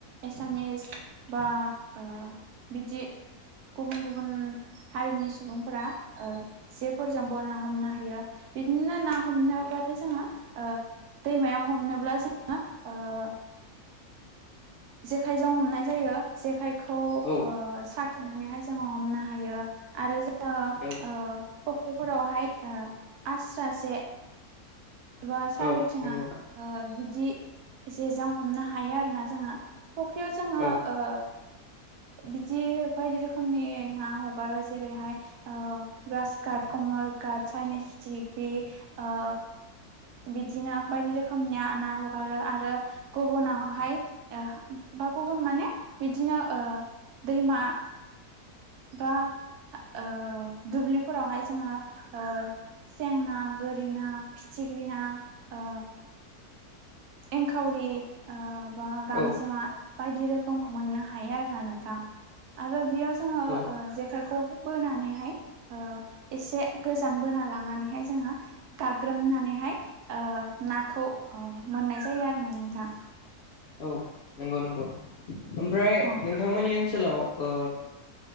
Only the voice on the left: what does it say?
औ
औ
औ नंगौ
औ
औ
औ
औ नंगौ नंगौ ओमफ्राय
नोंथांमोननि ओनसोलाव ओ